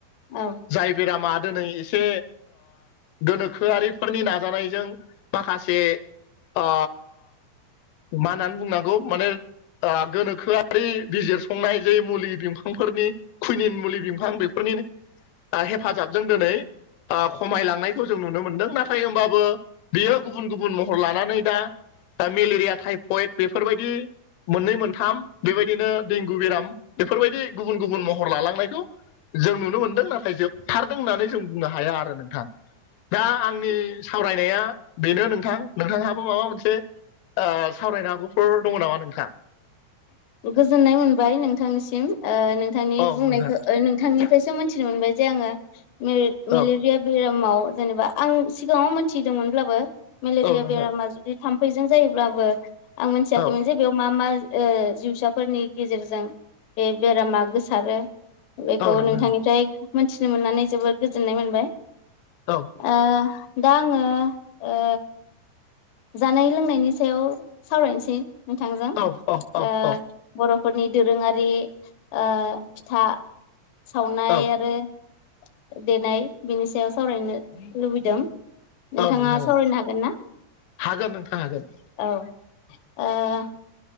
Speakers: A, on the left (about 70°); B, on the left (about 90°).
A: औ
B: जाय बेरामा दिनै एसे गोनोखोआरिफोरनि नाजानायजों माखासे ओ मा होननानै बुंनांगौ माने गोनोखोआरि बिजिर संनाय जे मुलि बिफांफोरनि कुइनिन मुलि बिफां बेफोरनि हेफाजाबजों दिनै खमायलांनायखौ जों नुनो मोनदों नाथाय होमबाबो बेयो गुबुन गुबुन महर लानानै दा दा मेलेरिया टाइफयड बेफोरबायदि मोननै मोनथाम बेबायदिनो देंगु बेराम बेफोरबायदि गुबुन गुबुन महर लालांनायखौ जों नुनो मोनदों नाथाय जोबथारदों होननानै जों बुंनो हाया आरो नोंथाङा दा आंनि सावरायनाया बेनो नोंथां नोंथांङा माबा मोनसे सावरायनो हागौफोर दङ नामा नोंथांङा
A: गोजोननाय मोनबाय नोंथांनिसिम नोंथांनि
B: औ
A: बुंनायखौ
B: नोंथां
A: बिथां निफ्रायसो मिथिनो मोनबाय जे आंङो मेले मेलि
B: औ
A: बे बेरामाव जेनेबा आं सिगाङाव मोनथिदोंमोनब्लाबो मेलेरिया
B: औ नोंथां
A: बेरामा जुदि थाम्फैजों जायोब्लाबो आं मोनथियाखैमोन
B: औ
A: जे बेयाव मा मा जिउसाफोरनि गेजेरजों बे बेरामा गोसारो बेखौ
B: औ नोंथां
A: नोंथांनिफ्राय मोनथिनो मोननानै जोबोद गोजोननाय मोनबाय
B: औ
A: ओ दा आङो ओ जानाय लोंनायनि सायाव सावरायनोसै नोंथांजों
B: औ औ
A: ओ बर'फोरनि दोरोङारि ओ फिथा सावनाय
B: औ
A: आरो ओ देनाय बिनि सायाव सावरायनो लुबैदों। नोंथाङा
B: औ नोंथां
A: सावरायनो
B: औ
A: हागोन ना
B: हागोन नोंथां हागोन।
A: औ ओ